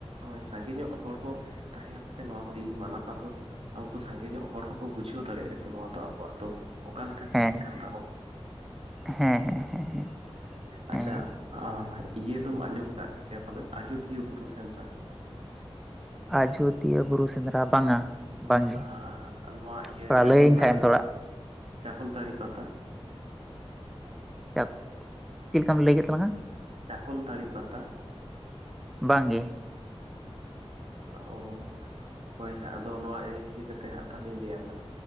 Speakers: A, on the right; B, in the centre.
A: ᱦᱳᱭ ᱥᱟᱸᱜᱮ ᱧᱚᱜ ᱦᱚᱲ ᱠᱚ ᱛᱟᱸᱦᱮ ᱛᱮ ᱱᱚᱣᱟ ᱠᱚ ᱫᱤᱱ ᱢᱟᱱᱟᱣᱟ ᱫᱚ ᱩᱱᱠᱩ ᱥᱟᱸᱜᱮ ᱧᱚᱜ ᱦᱚᱲ ᱦᱚᱸᱠᱚ ᱵᱩᱡᱷᱟᱹᱣ ᱫᱟᱲᱮᱭᱟᱜᱼᱟ ᱡᱮ, ᱱᱚᱣᱟ ᱫᱚ ᱟᱵᱚᱣᱟᱜ ᱫᱚ ᱚᱠᱟᱞᱮᱠᱟᱱ
B: ᱦᱮᱸ
A: ᱫᱤᱠ ᱠᱟᱱ ᱛᱟᱵᱚᱱᱟ।
B: ᱦᱮᱸ ᱦᱮᱸ ᱦᱮᱸ।
A: ᱟᱪᱪᱷᱟ
B: ᱦᱮᱸ
A: ᱟᱸ ᱤᱭᱟᱹ ᱫᱚᱢ ᱟᱸᱡᱚᱢ ᱟᱠᱟᱫ ᱜᱮᱭᱟ ᱯᱟᱞᱮᱫ ᱟᱡᱚᱫᱤᱭᱟᱹ ᱵᱩᱨᱩ ᱥᱮᱸᱫᱽᱨᱟ?
B: ᱟᱡᱚᱫᱤᱭᱟᱹ ᱵᱩᱨᱩ ᱥᱮᱸᱫᱽᱨᱟ ᱵᱟᱝ-ᱟ ᱵᱟᱝᱜᱮ,
A: ᱟᱸ, ᱱᱚᱣᱟ ᱤᱭᱟᱹ
B: ᱛᱷᱚᱲᱟ
A: ᱪᱟᱠᱚᱞᱛᱟᱹᱲᱤ
B: ᱞᱟᱹᱭᱟᱹᱧ ᱠᱷᱟᱡ ᱮᱢ ᱛᱷᱚᱲᱟ ᱾
A: ᱪᱟᱠᱚᱞᱛᱟᱹᱲᱤ ᱯᱟᱛᱟ ᱾
B: <unintelligible> ᱪᱮᱫ ᱞᱮᱠᱟᱢ ᱞᱟᱹᱭ ᱠᱮᱫ ᱛᱟᱞᱟᱝᱼᱟ?
A: ᱪᱟᱠᱚᱞ ᱛᱟᱹᱲᱤ ᱯᱟᱛᱟ᱾
B: ᱵᱟᱝ ᱜᱮ᱾
A: ᱚ ᱦᱳᱭ ᱦᱟᱸᱜ ᱟᱫᱚ ᱱᱚᱣᱟ ᱮᱭᱮᱠ ᱤᱫᱤ ᱠᱟᱛᱮ ᱦᱟᱸᱜ ᱛᱟᱦᱚᱞᱮᱧ ᱞᱮᱭᱟᱢ ᱠᱟᱱᱟ᱾